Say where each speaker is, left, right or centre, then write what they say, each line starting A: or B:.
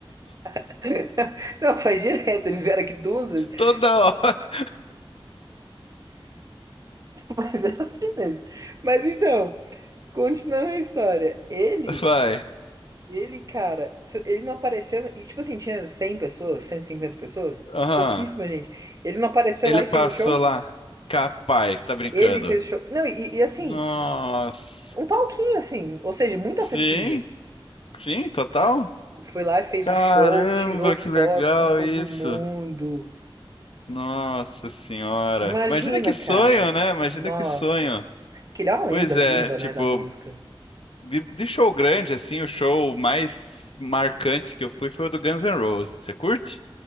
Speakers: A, on the right; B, on the left.
A: <laughs> Não, faz direto, eles vieram aqui duas vezes. <laughs>
B: Toda hora,
A: Mas é assim mesmo. Mas então, continuando a história. Ele,
B: <laughs> vai.
A: ele, cara, se- ele não apareceu. E tipo assim, tinha 100 pessoas, 150 pessoas,
B: Aham.
A: pouquíssima gente. Ele não apareceu
B: Ele
A: lá e
B: passou
A: fez o show?
B: lá. Capaz, tá brincando.
A: Ele fez o show. Não, e, e assim.
B: Nossa.
A: Um palquinho, assim, ou seja, muito
B: Sim,
A: acessível.
B: sim, total.
A: E foi lá e fez
B: Caramba,
A: o show, tirou foto
B: que legal
A: com todo
B: isso.
A: mundo.
B: Nossa senhora.
A: Imagina,
B: Imagina que sonho,
A: cara.
B: né? Imagina
A: Nossa.
B: que sonho.
A: Porque ele é uma lenda
B: Pois é,
A: viva,
B: tipo,
A: né, da música.
B: de, de show grande, assim, o show mais marcante que eu fui foi o do Guns N' Roses. Você curte?